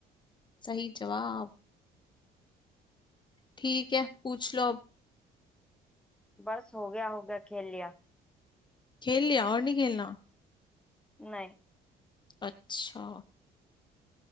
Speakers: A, on the left (about 25°); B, in the centre.
A: सही जवाब ठीक है पूछ लो अब
B: बस हो गया हो गया खेल लिया
A: खेल लिया और नहीं खेलना
B: नहीं
A: अच्छा